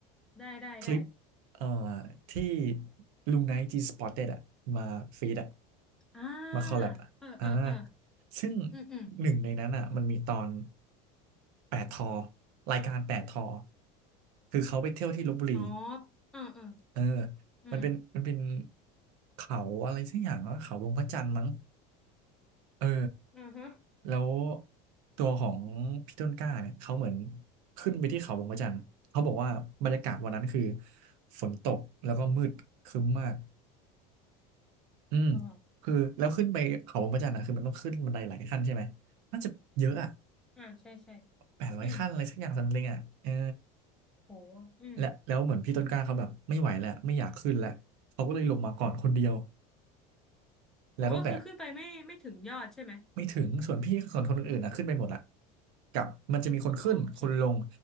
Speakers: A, in the centre; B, on the right.
A: ได้ได้ได้
B: คลิปเอ่อที่ลุงไนท์จีสปอตเต็ดอะมาฟีดอะ
A: อ่า
B: มาคอลแลบอะอ่า
A: เออเออเออ
B: ซึ่ง
A: อืมอืม
B: หนึ่งในนั้นอะมันมีตอนแปดทอ รายการแปดทอ คือเขาไปเที่ยวที่ลพบุรี
A: อ๋อเออเออ
B: เออ
A: อืม
B: มันเป็นมันเป็นเขาอะไรสักอย่างวะเขาวงพระจันทร์มั้ง เออ
A: อือฮะ
B: แล้วตัวของพี่ต้นกล้าเนี่ยเขาเหมือนขึ้นไปที่เขาบงพระจันทร์เขาบอกว่าบรรยากาศวันนั้นคือฝนตกแล้วก็มืดครึ้มมากอืม
A: อ๋อ
B: คือแล้วขึ้นไปเขาบงพระจันทร์อ่ะคือมันต้องขึ้นบันไดหลายขั้นใช่ไหมน่าจะเยอะอ่ะ
A: อ่าใช่ใช่
B: แปดร้อยขั้นอะไรสักอย่างซัมติงอ่ะเออ
A: อืมโหอืม
B: และแล้วเหมือนพี่ต้นกล้าเขาแบบไม่ไหวแล้วไม่อยากขึ้นแล้วเขาก็เลยลงมาก่อนคนเดียวแล้วก็แบก
A: อ๋อก็คือขึ้นไปไม่ไม่ถึงยอดใช่ไหม
B: ไม่ถึงส่วนพี่ส่วนคนอื่นๆอ่ะขึ้นไปหมดละกับมันจะมีคนขึ้นคนลง
A: อ๋อโอเค